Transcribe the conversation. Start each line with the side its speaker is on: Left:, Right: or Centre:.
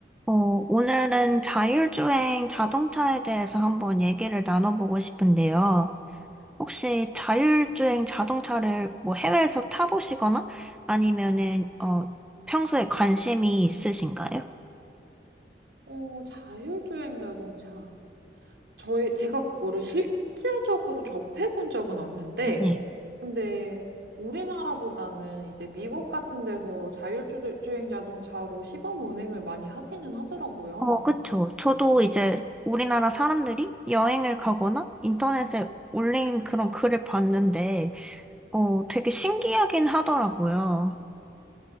Centre: 어, 오늘은 자율주행 자동차에 대해서 한번 얘기를 나눠보고 싶은데요. 혹시 자율주행 자동차를 뭐 해외에서 타보시거나 아니면은, 어, 평소에 관심이 있으신가요?
Right: 어, 자율주행 자동차. 저의, 제가 그거를 실제적으로 접해본 적은 없는데,
Centre: 네.
Right: 근데 우리나라보다는 이제 미국 같은 데서 자율주행 자동차로 시범 운행을 많이 하기는 하더라고요.
Centre: 어, 그쵸. 저도 이제 우리나라 사람들이 여행을 가거나 인터넷에 올린 그런 글을 봤는데, 어, 되게 신기하긴 하더라고요.